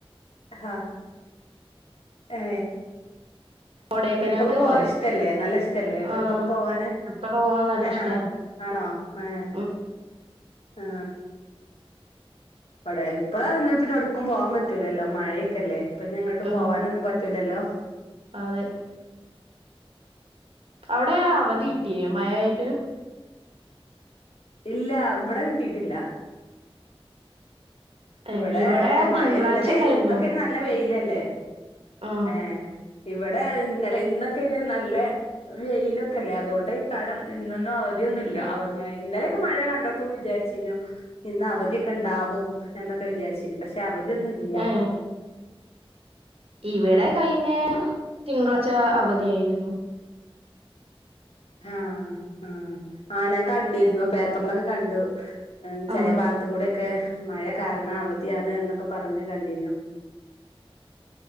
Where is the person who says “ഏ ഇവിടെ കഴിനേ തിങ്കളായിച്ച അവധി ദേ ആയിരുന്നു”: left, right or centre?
Right